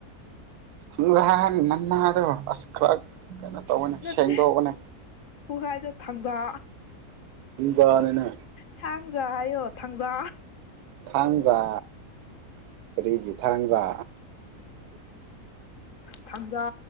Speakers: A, on the right (about 85°); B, on the left (about 45°).
A: ꯊꯪꯖ ꯅꯟꯅꯥꯗꯣ ꯑꯁ ꯈꯔ ꯀꯩꯅꯣ ꯇꯧꯕꯅꯦ
B: ꯅꯠꯇꯦ
A: ꯁꯦꯡꯗꯣꯛꯑꯣꯅꯦ
B: ꯈꯨꯍꯥꯏꯗꯣ ꯊꯥꯡꯖ
A: ꯏꯟꯖꯥꯅꯤꯅ
B: ꯊꯥꯡꯖ ꯍꯥꯏꯌꯣ ꯊꯥꯡꯖꯥ
A: ꯊꯥꯡꯖꯥ ꯀꯔꯤꯒꯤ ꯊꯥꯡꯖꯥ
B: ꯊꯥꯡꯖꯥ